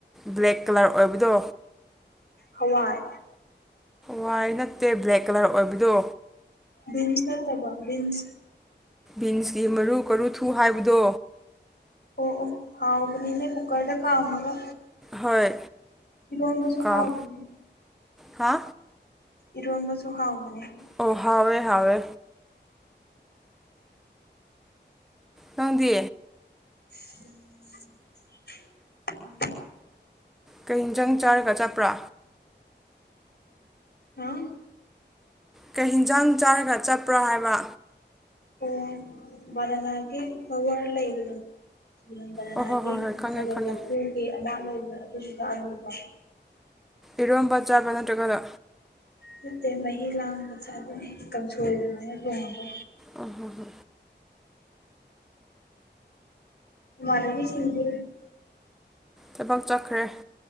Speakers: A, in the centre; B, on the left.
A: ꯕ꯭ꯂꯦꯛ ꯀꯂꯔ ꯑꯣꯏꯕꯗꯣ
B: ꯍꯋꯥꯏ
A: ꯋꯥꯏꯠ ꯅꯠꯇꯦ ꯕ꯭ꯂꯦꯛ ꯀꯂꯔ ꯑꯣꯏꯕꯗꯣ
B: ꯕꯤꯟꯁ ꯅꯠꯇꯕ ꯕꯤꯟꯁ
A: ꯄꯤꯟꯁꯀꯤ ꯃꯔꯨ ꯀꯨ ꯔꯨꯊꯨ ꯍꯥꯏꯕꯗꯣ
B: ꯑꯣ ꯑꯣ ꯍꯥꯎ ꯎꯕꯅꯤꯅꯦ ꯀꯨꯀꯔꯗ ꯀꯥꯝꯃꯒ
A: ꯍꯣꯏ
B: ꯏꯔꯣꯟꯕꯁꯨ
A: ꯀꯥꯝ
B: ꯍꯥꯎꯕꯅꯦ
A: ꯍꯥ
B: ꯏꯔꯣꯟꯕꯁꯨ ꯍꯥꯎꯕꯅꯦ
A: ꯑꯣ ꯍꯥꯎꯋꯦ ꯍꯥꯎꯋꯦ ꯅꯪꯗꯤ
B: <unintelligible> <unintelligible>
A: ꯀꯩ ꯏꯟꯖꯥꯡ ꯆꯥꯔꯒ ꯆꯠꯄ꯭ꯔꯥ
B: ꯍꯥ
A: ꯀꯩ ꯍꯤꯟꯖꯥꯡ ꯆꯥꯔꯒ ꯆꯠꯄ꯭ꯔꯥ ꯍꯥꯏꯕ
B: ꯑꯣ ꯕꯅꯅꯥꯒꯤ ꯐ꯭ꯂꯋꯥꯔ ꯂꯩꯕꯗꯣ <unintelligible> ꯕꯅꯅꯥꯒꯤ
A: ꯑꯣ ꯍꯣꯏ ꯍꯣꯏ ꯍꯣꯏ ꯈꯪꯉꯦ
B: ꯍꯥꯏꯔ
A: ꯈꯪꯉꯦ
B: ꯂꯄꯨꯒꯤ ꯑꯃꯥ ꯂꯩꯕꯗꯣ ꯑꯗꯨꯗꯨꯒ ꯑꯂꯨꯒ
A: ꯏꯔꯣꯝꯕ ꯆꯥꯕ ꯅꯠꯇ꯭ꯔꯒꯅ
B: ꯅꯠꯇꯦ ꯃꯍꯤ ꯂꯥꯡꯑꯒ ꯆꯥꯕꯅꯦ ꯀꯥꯡꯁꯣꯏ ꯑꯗꯨꯃꯥꯏꯅ ꯂꯣꯡꯉꯒ
A: ꯑꯣ ꯍꯣ ꯍꯣ
B: ꯏꯃꯥꯅꯕꯤ ꯁꯤꯡꯗꯤ
A: ꯊꯕꯛ ꯆꯠꯈ꯭ꯔꯦ